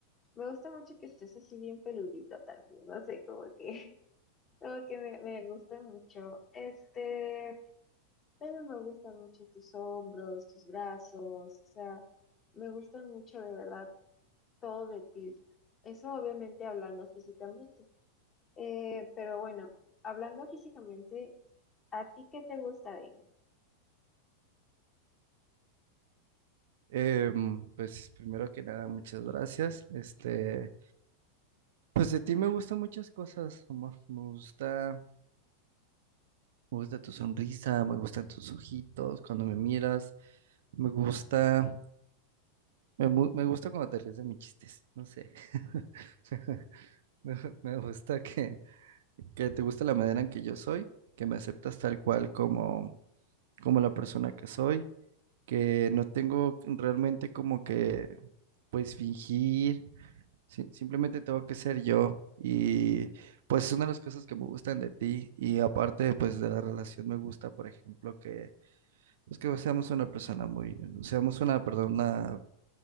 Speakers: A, on the left; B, on the right.
A: Me gusta mucho que estés así bien peludito también, no sé, como que, <laughs> como que me, me gusta mucho. Este, también me gustan mucho tus hombros, tus brazos, o sea, me gusta mucho de verdad todo de ti. Eso obviamente hablando físicamente. Eh, pero bueno, hablando físicamente, ¿a ti qué te gusta de mí?
B: Em, pues primero que nada, muchas gracias. Este, pues de ti me gustan muchas cosas, amor. Me gusta, me gusta tu sonrisa, me gustan tus ojitos cuando me miras, me gusta, me, mu- me gusta cuando te ríes de mis chistes, no sé. <laughs> Me, me gusta que, que te gusta la manera en que yo soy, que me aceptas tal cual como, como la persona que soy, que no tengo realmente como que, pues fingir Sí, simplemente tengo que ser yo y pues es una de las cosas que me gustan de ti y aparte pues de la relación me gusta, por ejemplo, que pues que seamos una persona muy, seamos una persona,